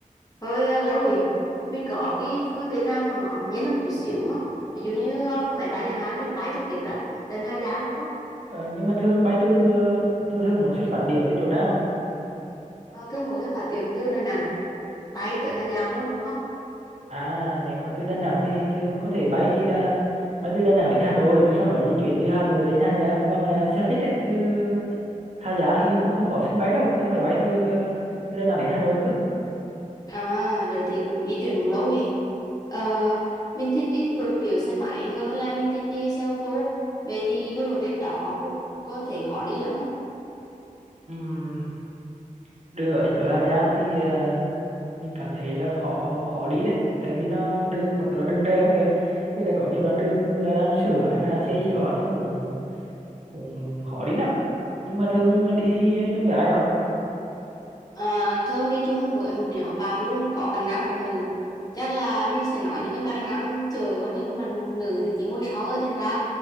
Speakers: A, on the left; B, on the right.
A: hơi à, lâu rồi. Mình có cái phương tiện nào mà nó nhẹ hơn một chút xíu không? Ví dụ như à, máy bay chẳng hạn, mình có bay trực tiếp ra đến Hà Giang được không?
B: Ờ, nhưng mà thường bay từ ờ, thường thường muốn xuất phát điểm từ chỗ nào
A: À, thương muốn sẽ phát tiền từ Đà Nẵng bay tới Hà Giang luôn được không?
B: À, nếu mà từ Đà Nẵng thì thường có thể bay à, bay từ Đà Nẵng đến Hà Nội rồi sau đó di chuyển từ Hà Nội lên Hà Giang bằng à, xe khách ấy chứ Hà Giang hình như không, không có sân bay đâu mình phải bay từ à, từ Đà Nẵng đến Hà Nội cơ
A: À, rồi thì cũng di chuyển cũng lâu rồi. Ờ, mình thích đi phượt kiểu xe máy hơn là mình thích đi xe ô tô. Vậy thì đường ở trên đó Phúc có thể khó đi lắm không?
B: Ừm, đường ở, ở Hà Giang thì à, mình cảm thấy là khó khó đi đấy tại vì nó đường còn là đường đèo ấy kìa với lại có nhiều đoạn đường người ta đang sửa hay là đang xây gì đó nên cũng cũng khó đi lắm nhưng mà thường là đi đi đi chung với ai đó
A: À, thường đi chung với một nhóm bạn luôn có cả nam cả nữ chắc là mình sẽ nói những cái bạn nam chờ còn những bạn nữ thì chỉ ngồi sau thôi thành ra